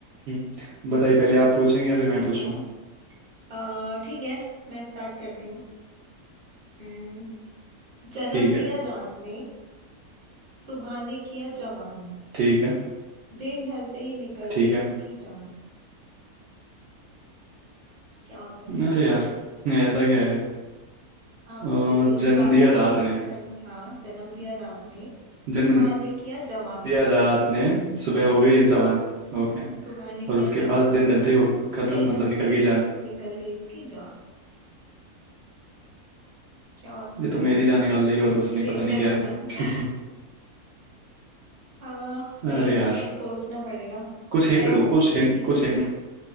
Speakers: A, on the right; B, on the right.
A: हम्म। बताइए पहले आप पूछेंगे
B: ठीक
A: या फिर मैं पूछूं
B: है अ, ठीक है मैं स्टार्ट करती हूँ हम्म, जन्म
A: ठीक
B: दिया
A: है
B: रात ने सुबह ने किया जवान
A: ठीक है
B: दिन ढलते ही निकल
A: ठीक
B: गई
A: है
B: इसकी जान क्या हो सकता है
A: अरे यार ऐसा क्या है
B: आप
A: अ,
B: बताइए
A: जन्म
B: दोबारा
A: दिया
B: रिपीट
A: रात ने
B: कर हाँ जन्म दिया रात ने
A: जन्म
B: सुबह ने किया जवान
A: दिया रात ने सुबह हो गई जवान ओके
B: सुबह ने किया
A: और उसके
B: जवान
A: पास दिन ढलते ही हो खत्म
B: दिल ढलते
A: मतलब निकल गई
B: ही
A: जान
B: निकल गई इसकी जान क्या हो सकता
A: ये तो मेरी
B: है
A: जान
B: सोचिए
A: निकाल रही है और कुछ नहीं पता नहीं
B: <laughs>
A: क्या है
B: हाँ
A: <laughs>
B: भैया
A: अरे यार
B: थोड़ा सोचना पड़ेगा
A: कुछ हिंट
B: है
A: दो
B: तो
A: कुछ हिंट
B: इजी
A: कुछ हिंट